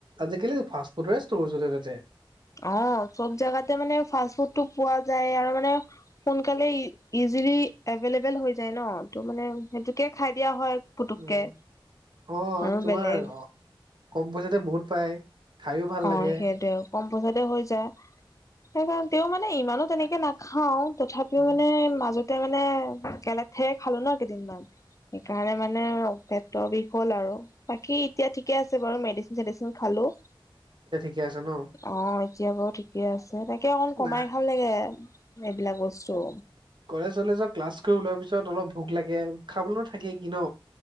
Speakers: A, on the right; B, on the left.
A: আজিকালি ফাষ্ট ফুডৰে ষ্টৰ চলে তাতে।
B: অ', চব জেগাতে মানে ফাষ্ট ফুডটো পোৱা যায়, আৰু মানে সোনকালে ইজিলি এভেইলেবল হৈ যায় ন, ত' মানে সেইটোকে খাই দিয়া হয়। পুতুককে
A: অ',
B: আৰু
A: তোমাৰ
B: বেলেগ
A: কম পইচাতে বহুত পায়। খাইো ভাল
B: অ',
A: লাগে
B: সেইটোৱে কম পইচাতে হৈ যায়, সেইকাৰণে, তেওঁ মানে ইমানো তেনেকে না খাও, তথাপিও
A: উম,
B: মানে, মাজতে মানে, একে লেথাৰিয়ে খালো ন, কেইদিনমান। সেইকাৰণে মানে, পেট বিষ হ'ল আৰু, বাকী এতিয়া ঠিকে আছে বাৰু, মেডি মেডিচিন খালো।
A: এতিয়া, ঠিকে আছে ন।
B: অ', এতিয়া বাৰু ঠিকে আছে, তাকে অকণ, কমাই
A: না
B: খাম লাগে, এইবিলাক বস্তু।
A: কলেজ-চলেজৰ ক্লাছ কৰি ওলোৱাৰ পিছত অলপ ভোক লাগে, খাবলৈ নো থাকে কি ন।